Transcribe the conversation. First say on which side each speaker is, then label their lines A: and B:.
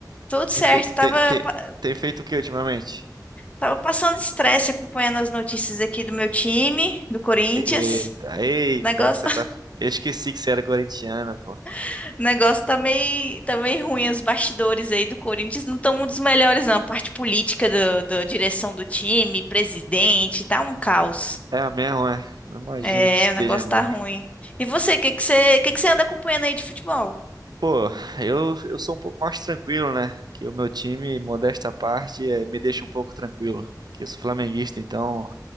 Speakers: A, on the left (about 20°); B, on the right (about 70°).
A: tudo certo.
B: Tem feito,
A: Tava,
B: tem, tem-
A: pa-
B: tem feito o que ultimamente?
A: tava passando estresse acompanhando as notícias aqui do meu time, do Corinthians.
B: Eita, eita,
A: Negócio,
B: você tá. Eu esqueci que você era corintiana, pô.
A: <laughs> negócio tá meio, tá meio ruim. Os bastidores aí do Corinthians não estão um dos melhores, não. A parte política do- da direção do time, presidente, tá um caos.
B: É mesmo, é. Eu imagino
A: É,
B: que esteja
A: o negócio
B: mesmo.
A: tá ruim. E você, o que que você, que que você anda acompanhando aí de futebol?
B: Pô, eu, eu sou um pouco mais tranquilo, né? Que o meu time, modesta à parte, eh, me deixa um pouco tranquilo. Que eu sou flamenguista, então.